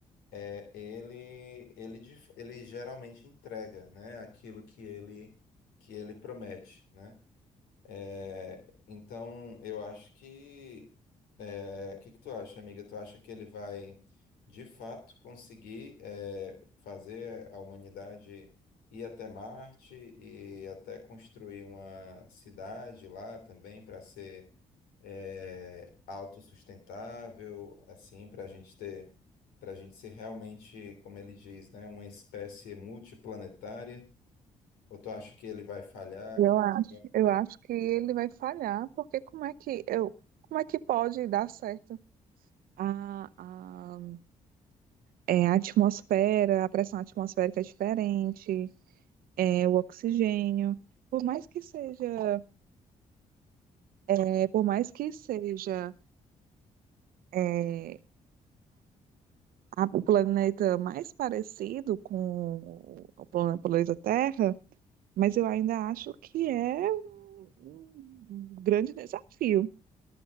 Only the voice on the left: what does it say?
é, ele, ele, de- ele geralmente entrega, né, aquilo que ele, que ele promete, né? É, então, eu acho que. é, O que que tu acha, amiga? Tu acha que ele vai, de fato, conseguir é, fazer a humanidade ir até Marte e até construir uma cidade lá também para ser é, autossustentável, assim, para a gente ter, para a gente ser realmente, como ele diz, né, uma espécie multiplanetária? Ou tu acha que ele vai falhar,
que
assim,